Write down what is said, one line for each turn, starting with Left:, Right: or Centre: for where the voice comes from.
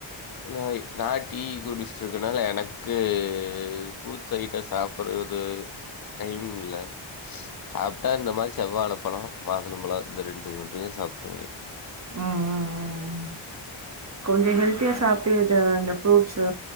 Left: நாய் நா டீ குடிச் சிட்ருக்கனால எனக் கூ ஃப்ரூட்ஸ் ஐட்டொ சாப்புர்றது டைம் இல்ல சாப்ட்டா இந்த மாரி செவ்வாழ பழோ மாதுளம்பழோ இந்த ரெண்டு மட்டுதா சாப்டுவே
Right: ம் ம் ம் ம் கொஞ்சொ ஹெல்த்தியா சாப்ட்டு எத அந்த ஃப்ரூட்ஸு